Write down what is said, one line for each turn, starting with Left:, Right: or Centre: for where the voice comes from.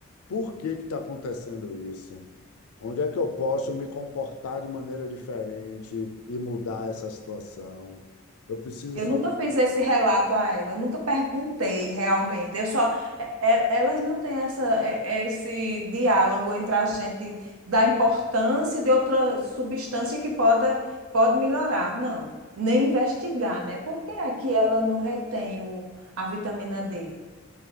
Left: por que que está acontecendo isso? Onde é que eu posso me comportar de maneira diferente e mudar essa situação? Eu preciso
Right: Eu
Left: falar.
Right: nunca fiz esse relato a ela, eu nunca perguntei realmente. Eu só, é, é, elas não têm essa, é, é, esse diálogo entre a gente da importância de outra substância que pode, pode melhorar, não. Nem investigar, né? Por que é que ela não retém o, a vitamina D?